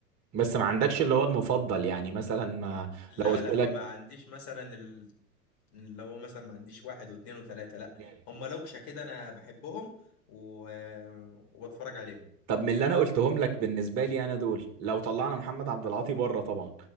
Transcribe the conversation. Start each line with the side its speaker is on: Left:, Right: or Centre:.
Right: بس ما عندكش اللي هو المفضل يعني مثلا ما
Left: لا
Right: لو قلت
Left: لا
Right: لك
Left: ما عنديش مثلا ال- اللي هو مثلا ما عنديش واحد واثنين وثلاثه لا
Right: مم.
Left: هم لوكشه كده انا بحبهم و... وبتفرج عليهم
Right: طب من اللي انا قلتهم لك بالنسبه لي انا دول لو طلعنا محمد عبد العاطي بره طبعا